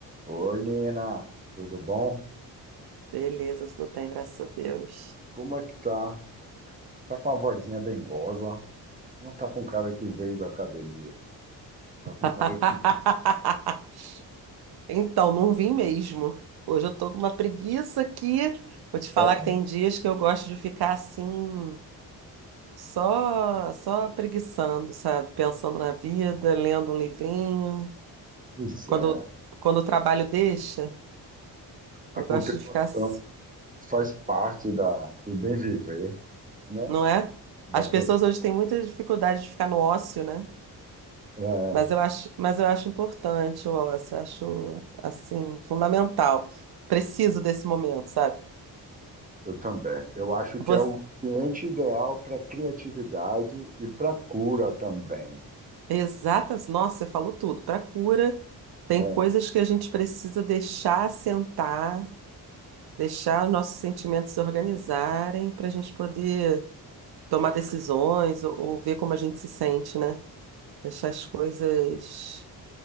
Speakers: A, on the right; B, on the right.
A: Oi, Nina, tudo bom?
B: Beleza, tudo bem, graças a Deus.
A: Como é que tá? Tá com uma vozinha dengosa? Não tá com cara que veio da academia. Tá com
B: <laughs>
A: cara que...
B: Então, não vim mesmo. Hoje eu tô com uma preguiça aqui. Vou te falar
A: É,
B: que tem dias que eu gosto de ficar assim, só só preguiçando, sabe? Pensando na vida, lendo um livrinho.
A: pois
B: Quando,
A: é.
B: quando o trabalho deixa,
A: A
B: eu
A: contemplação
B: gosto de ficar, s-
A: faz parte da, do bem viver, né?
B: não é?
A: Da
B: As
A: aproveitar.
B: pessoas hoje têm
A: a-
B: muita dificuldade de ficar no ócio, né?
A: É,
B: Mas eu acho, mas eu acho importante o eu acho, assim, fundamental. Preciso desse momento, sabe?
A: eu também. Eu acho
B: Você,
A: que é o ambiente ideal para criatividade e para cura também.
B: exatas, nossa, você falou tudo. Para cura, tem
A: É,
B: coisas que a gente precisa deixar assentar, deixar os nossos sentimentos se organizarem para a gente poder tomar decisões ou, ou ver como a gente se sente, né? Deixar as coisas